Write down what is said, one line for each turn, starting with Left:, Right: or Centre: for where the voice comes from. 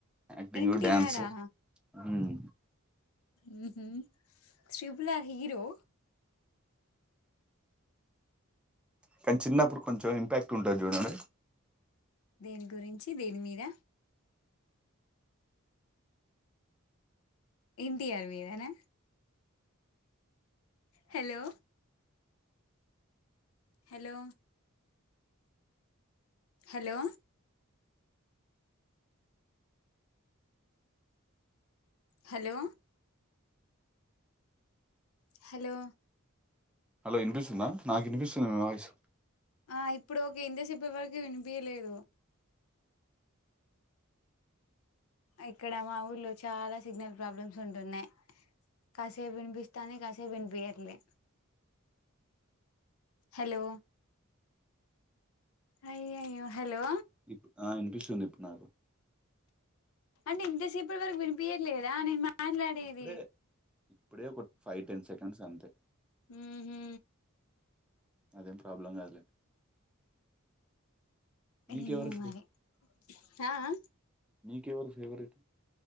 Centre: యాక్టింగ్
Left: ఎన్టీఆరా
Centre: డ్యాన్సు హ్మ్
Left: మ్మ్ హ్మ్ ట్రిపులర్ హీరో
Centre: కానీ చిన్నప్పుడు కొంచం ఇంపాక్ట్ ఉంటుంది చూడండి
Left: దేని గురించి దేని మీద ఎన్టీఆర్ మీదనా hello hello hello hello hello
Centre: వినిపిస్తుందా నాకు వినిపిస్తుంది మీ వాయిస్
Left: ఆ ఇప్పుడు ఓకే ఇంతసేపు ఎవరీకు వినిపియలేదు ఇక్కడ మా ఊర్లో చాలా సిగ్నల్ ప్రాబ్లమ్స్ ఉంటున్నాయ్ కాసేపు వినిపిస్తాంది, కాసేపు వినిపియ్యట్లే హలో అయ్యయ్యో హలో
Centre: ఇప్పు ఆ అనిపిస్తుంది ఇప్పుడ్ నాకు
Left: అంటే ఇంతసేపటి వరకు వినిపియ్యట్లేదా నేను మాట్లాడేది
Centre: ఇప్పుడే ఇప్పుడే ఒక ఫైవ్ టెన్ సేకన్స్ అంతే
Left: ఊహూ
Centre: అదేం ప్రాబ్లం కాదులే నీకెవరు
Left: ఏమో మరి ఆ ఆ
Centre: మీకెవరు ఫేవరెట్